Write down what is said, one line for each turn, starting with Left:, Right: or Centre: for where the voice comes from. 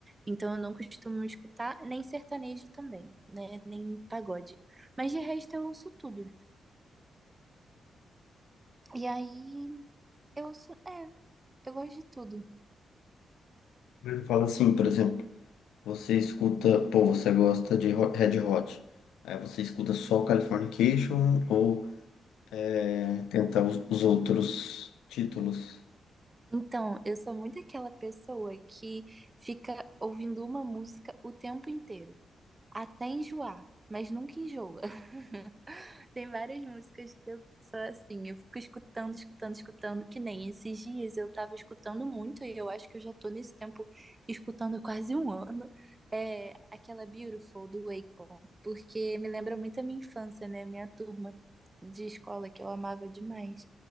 Right: Então eu não costumo escutar nem sertanejo também, né? Nem pagode. Mas de resto eu ouço tudo. E aí eu ouço, é, eu gosto de tudo.
Left: Mas Fala assim, por exemplo, você escuta, pô, você gosta de Ho- Red Hot. Aí você escuta só Californication ou é, tenta os, os outros títulos?
Right: Então, eu sou muito aquela pessoa que fica ouvindo uma música o tempo inteiro até enjoar, mas nunca enjoa. <laughs> Tem várias músicas que eu sou assim, eu fico escutando, escutando, escutando, que nem esses dias eu tava escutando muito, e eu acho que eu já tô nesse tempo escutando há quase um ano, é aquela Beautiful do Akon, porque me lembra muito a minha infância, né? Minha turma de escola que eu amava demais.